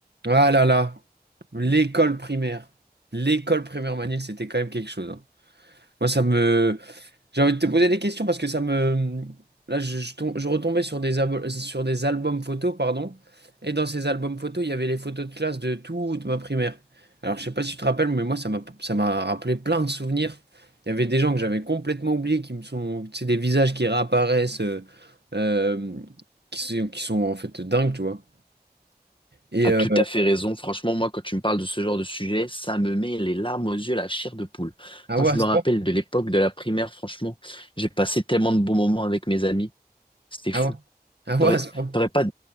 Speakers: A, on the right; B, on the left.
A: Ah là là, l'école primaire. L'école primaire Manil, c'était quand même quelque chose. hein. Moi, ça me... J'ai envie de te poser des questions parce que ça me... Là, je, je tom- je retombais sur des, abo- sur des albums photos, pardon. Et dans ces albums photos, il y avait les photos de classe de toute ma primaire. Alors, je sais pas si tu te rappelles, mais moi, ça m'a, ça m'a rappelé plein de souvenirs. Il y avait des gens que j'avais complètement oubliés qui me sont... C'est des visages qui réapparaissent, euh, euh, qui, sont- qui sont en fait dingues, tu vois. Et...
B: as
A: euh,
B: tout à fait raison. Franchement, moi, quand tu me parles de ce genre de sujet, ça me met les larmes aux yeux, la chair de poule.
A: Ah
B: Quand
A: ouais,
B: je
A: à ce
B: me rappelle
A: point
B: de l'époque de la primaire, franchement, j'ai passé tellement de bons moments avec mes amis. C'était fou.
A: Ah ouais? Ah ouais,
B: T'aurais,
A: à ce point.
B: t'aurais pas...